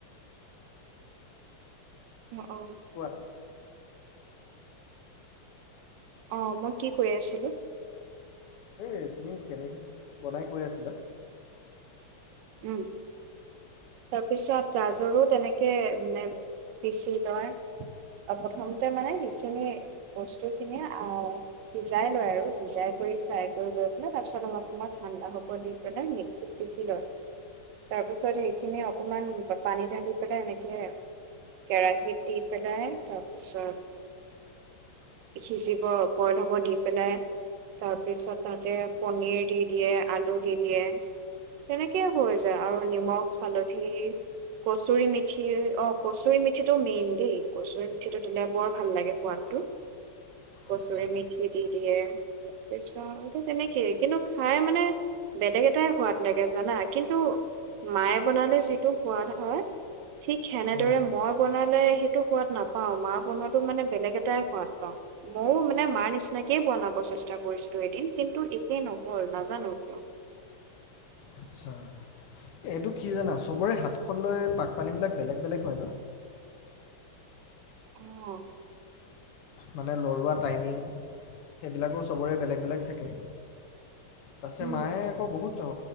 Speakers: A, on the right; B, on the left.
A: <unintelligible> অ'
B: কোৱা
A: অঁ মই কি কৈ আছিলো?
B: এই তুমি কেনেকে বনাই কৈ আছিলা।
A: উম, তাৰপিছত গাজৰো তেনেকে মানে পিচি লয় আৰু প্ৰথমতে মানে সেইখিনি বস্তু খিনি আহ সিজাই লয় আৰু সিজাই কৰি ফ্ৰাই কৰি লৈ পেলাই তাৰ পিছত অলপ অলপ ঠাণ্ডা হ'ব দি পেলাই মিক্সিত পিচি লয়। তাৰ পিছত সেইখিনি অকমান পানী ঢালি পেলাই এনেকে কেৰাহিত দি পেলাই তাৰপিছত সিজিব বইল হব দি পেলাই তাৰপিছত তাতে পনীৰ দি দিয়ে, আলু দি দিয়ে, তেনেকে তেনে হৈ যায় আৰু নিমখ হালধি কচুৰি মেঠি অ কচুৰি মেঠিটো মেইন দেই কচুৰি মিঠিটো দিলে বৰ ভাল লাগে সোৱাদটো, কচুৰি
B: আচ্ছা
A: মেঠি দি দিয়ে তাৰপিছত এটো তেনেকেই, কিন্তু খাই মানে বেলেগ এটাই সোৱাদ লাগে জানা কিন্তু মায়ে বনালে যিটো সোৱাদ হয়, ঠিক সেনেদৰে
B: হুম,
A: মই বনালে সেইটো সোৱাদ নাপাওঁ মা বনোৱাটো মানে বেলেগ এটাই সোৱাদ পাওঁ, মযও মানে মাৰ নিচিনাকেই বনাব চেষ্টা কৰিছিলো এদিন, কিন্তু একেই নহ'ল নাজানো কিয়।
B: আচ্ছা, এই এইটো কি জানা, চবৰে হাতখন লৈ পাকপানীবিলাক বেলেগ বেলেগ হয় ন।
A: অঁ।
B: মানে লৰোৱা টাইমিং সেইবিলাকো চবৰে বেলেগ বেলেগ থাকে। পাছে
A: উম।
B: মায়ে আকৌ বহুত